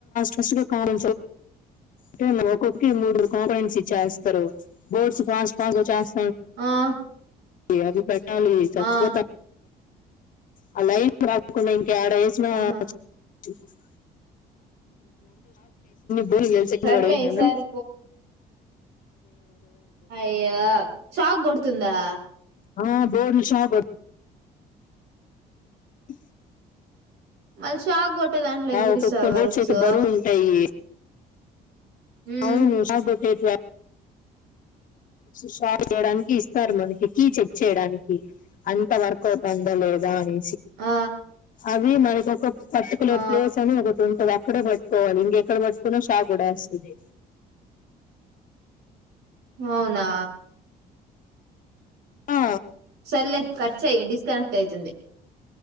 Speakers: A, on the left; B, on the right.
A: ఫస్ట్ కాండె <unintelligible> ఒక ఒక్కొక్కరి మూడు కాంపిడెంన్స్ ఇచ్చేస్తారు బోర్స్ ఫస్ట్ ఫస్ట్ గా చేస్
B: ఆ
A: అవి పెట్టాలి చచ్చిపోతా
B: ఆ
A: ఆ లైన్ రాకుండా ఇంకా యాడ వేసిన
B: ఆహా
A: <unintelligible> దేనికి నేను చెక్న
B: సర్లే
A: బడెసీనాను
B: ఈసారి అయ్యె షాక్ కొడుతుందా
A: ఆ బోర్ మిషన్ ఆ కొ అ
B: మళ్ళీ షాక్ కొట్టే దాంట్లో ఎందుకు
A: ఒక్కొక్క
B: ఇస్తార్ వర్క్స్
A: బోర్డ్స్ అయితే బరువు ఉంటాయి
B: హ్మ్
A: అవును షాక్ కొట్టేటివా షాప్ చేయడానికి ఇస్తారు మనకి కీ చెక్ చేయడానికి అంత వర్క్ అవుతుందా లేదా అని
B: ఆ
A: అవి మనకి ఒక పర్టిక్యులర్
B: ఆ
A: ప్లేస్ అని ఒకటి ఉంటాద అక్కడె పట్టుకోవాలి ఇంకెక్కడ పట్టుకున్నా షాక్ కూడా లేసిందే
B: అవునా
A: ఆ,
B: సర్లే కట్ చెయ్ డిస్క్ కనెక్ట్ అయితుంది